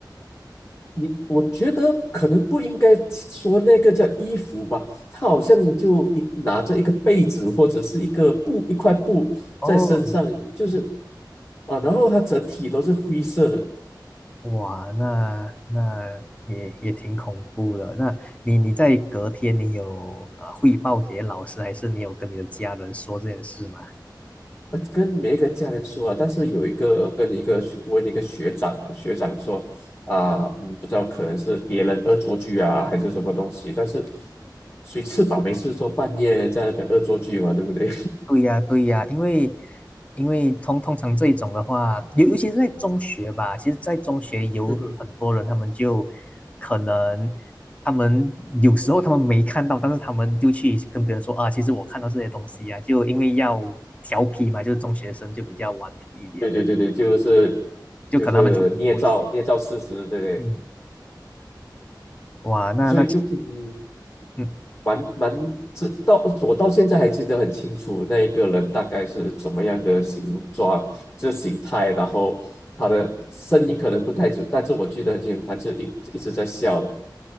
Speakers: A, on the left; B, on the left.
A: 你我觉得可能不应该说那个叫衣服吧，他好像就一拿着一个被子或者是一个布一块布在身上，
B: 哦，
A: 就是啊，然后他整体都是灰色的，
B: 哇，那那也也挺恐怖的。那你你在隔天你有啊汇报给老师，还是你有跟你的家人说这件事吗？
A: 呃，跟没跟家人说啊，但是有一个跟一个学问一个学长啊，学长说啊，嗯，不知道可能是别人恶作剧啊，还是什么东西，但是谁吃饱没事做，半夜在那边恶作剧嘛，对不对？
B: 对呀，对呀，因为因为通通常这一种的话，尤尤其是在中学吧，其实，在中学有很多人，
A: <laughs> 嗯哼
B: 他们就可能他们有时候他们没看到，但是他们就去跟别人说啊，其实我看到这些东西啊，就因为要调皮嘛，就是中学生就比较顽皮一点，
A: 对对对对，就是
B: 就可能他们就不不会信。
A: 就是捏造捏造事实，对不对？
B: 嗯，哇，那那其
A: 所以就嗯，
B: 嗯
A: 蛮蛮知到我到现在还记得很清楚，那一个人大概是怎么样的形状，这形态，然后他的声音可能不太准，但是我记得很清楚，他是一一直在笑的。